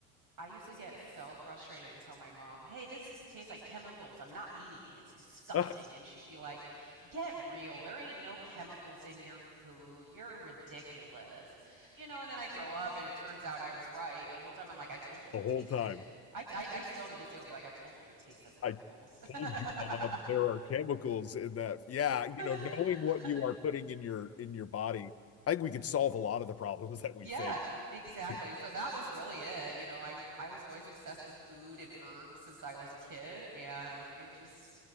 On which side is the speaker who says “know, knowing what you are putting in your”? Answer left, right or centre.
Left